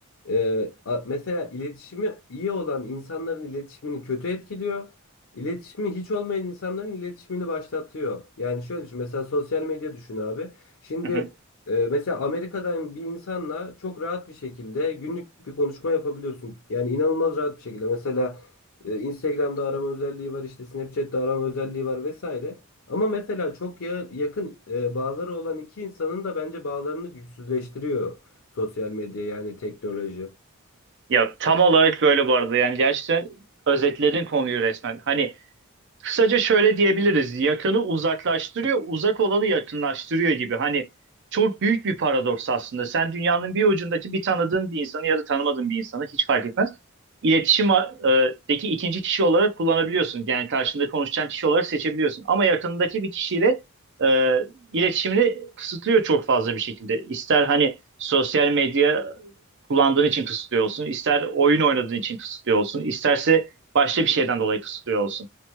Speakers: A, on the left (about 65°); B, on the right (about 55°).
A: E, a- mesela iletişimi iyi olan insanların iletişimini kötü etkiliyor. İletişimi hiç olmayan insanların iletişimini başlatıyor. Yani şöyle düşün mesela sosyal medya düşün abi. Şimdi
B: Hı hı.
A: e, mesela Amerika'dan bir insanla çok rahat bir şekilde günlük bir konuşma yapabiliyorsun. Yani inanılmaz rahat bir şekilde. Mesela e, Instagram'da arama özelliği var işte Snapchat'te arama özelliği var vesaire. Ama mesela çok ya- yakın e, bağları olan iki insanın da bence bağlarını güçsüzleştiriyor sosyal medya yani teknoloji.
B: Ya tam olarak böyle bu arada yani gerçekten özetledin konuyu resmen. Hani Kısaca şöyle diyebiliriz. Yakını uzaklaştırıyor, uzak olanı yakınlaştırıyor gibi. Hani çok büyük bir paradoks aslında. Sen dünyanın bir ucundaki bir tanıdığın bir insanı ya da tanımadığın bir insanı hiç fark etmez. İletişimdeki ikinci kişi olarak kullanabiliyorsun. Yani karşında konuşacağın kişi olarak seçebiliyorsun. Ama yakınındaki bir kişiyle e, iletişimini kısıtlıyor çok fazla bir şekilde. İster hani sosyal medya kullandığın için kısıtlıyor olsun, ister oyun oynadığın için kısıtlıyor olsun, isterse başka bir şeyden dolayı kısıtlıyor olsun.